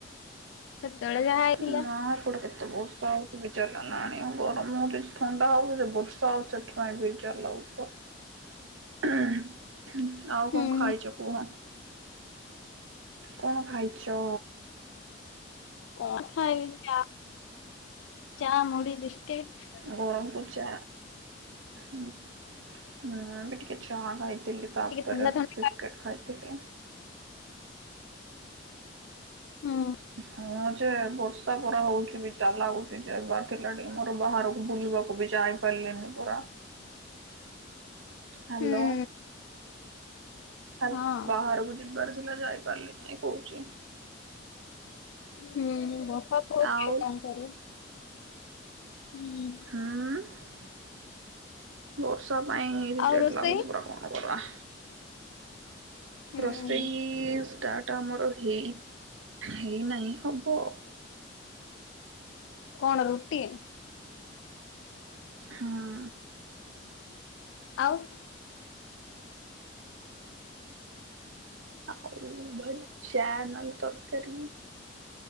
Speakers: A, on the left (about 80°); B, on the right (about 85°).
A: ସେତେବେଳେ ଯାହା ହେଇଥିଲା
B: <unintelligible> ଏତେ ବର୍ଷା ହଉଚି ବିଜାର ଲାଗିଲାଣି। ଆଉ ଗରମ ହଉ ଥଣ୍ଡା ହଉ ପଛେ ବର୍ଷା ହଉଚି ସେଥିପାଇଁ ବିଜାର ଲାଗୁଚି। ଆଉ
A: ହୁଁ
B: କଣ ଖାଇଚ କୁହ? କଣ ଖାଇଚ?
A: କଣ ଖାଇ ଚା ଚା, ମୁଢି, ବିସ୍କିଟ୍।
B: ଗରମ୍ କୁ ଚା। <unintelligible> ଚାହା ଖାଇଥିଲି ତାପରେ
A: ଟିକେ ଥଣ୍ଡା ଥଣ୍ଡା
B: ବିସ୍କିଟ୍ ଖାଇଥିଲି।
A: ହୁଁ।
B: ହୁଁ ଯେ ବର୍ଷା ପରା ହଉଚି ବିଜାର ଲାଗୁଚି ଯାଇବାର ଥିଲା ଟିକେ ମୋର ବାହାରକୁ ବୁଲିବାକୁ ବି ଯାଇ ପାରିଲିନି ପରା। ହାଲୋ।
A: ହୁଁ
B: ହାଲୋ,
A: ହଁ
B: ବାହାରକୁ ଯିବାର ଥିଲା ଯାଇପାରିଲିନି କହୁଚି।
A: ହୁଁ। ବର୍ଷା ତ ହଉଚି
B: ଆଉ
A: କିଏ କଣ କରିବ। ହୁଁ।
B: ଆଁ ବର୍ଷା ପାଇଁ ଇରିଟେଟ୍
A: ଆଉ ରୋଷେଇ
B: ଲାଗୁଚି ପୁରା କଣ କରିବା।
A: ହୁଁ
B: ରୋଷେଇ ଷ୍ଟାର୍ଟ ଆମର ହେଇ ହେଇନାହିଁ। ହବ।
A: କଣ ରୁଟି?
B: ହୁଁ।
A: ଆଉ
B: ଆଉ ବାଇ ଚା ନହେଲେ ତରକାରୀ।